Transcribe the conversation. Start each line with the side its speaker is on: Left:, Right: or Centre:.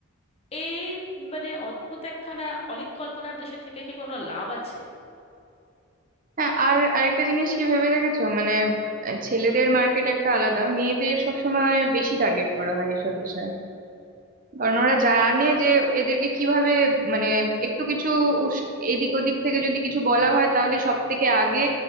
Left: এই মানে অদ্ভুত একখানা অলীক কল্পনার দেশে থেকে কি কোনো লাভ আছে
Right: হ্যাঁ আর আরেকটা জিনিস কি ভেবে দেখেছো মানে আহ, ছেলেদের মার্কেট একটা আলাদা মেয়েদের সবসময় বেশি টার্গেট করা হয় এইসব বিষয়ে কারণ ওরা জানে যে
Left: এ তো
Right: এদেরকে কিভাবে মানে একটু কিছু উস- এদিক ওদিক থেকে যদি কিছু বলা হয় তাহলে সব থেকে আগে